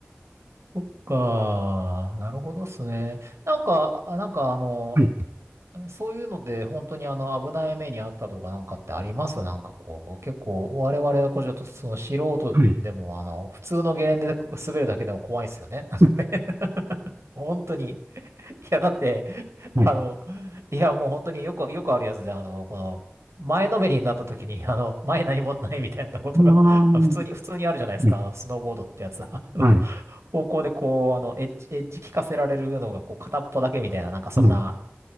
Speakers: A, on the right; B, on the right.
A: そっか、なるほどっすね。なんか、あなんかあの、
B: はい。
A: そういうので本当にあの危ない目にあったとかなんかってありますなんかこう、結構我々はこうちょっとその素人でもあの、
B: はい。
A: 普通のゲレンデで滑るだけでも怖いですよね。<laughs> なんかね、
B: うん
A: <laughs> 本当に。いや、だって、
B: はい。
A: あの、いやもう本当によく、よくあるやつで、あの、この、前のめりになった時に、あの、前何もないみたいなことが
B: ああ、
A: <laughs>
B: は
A: 普通に、普通にあるじゃないですか、
B: い。
A: あのスノーボードってやつは。<laughs> あの
B: はい。
A: 方向でこう、あの、エッジ、エッジ効かせられるのが、こう、片っぽだけみたいな、なんかそんな、
B: はい。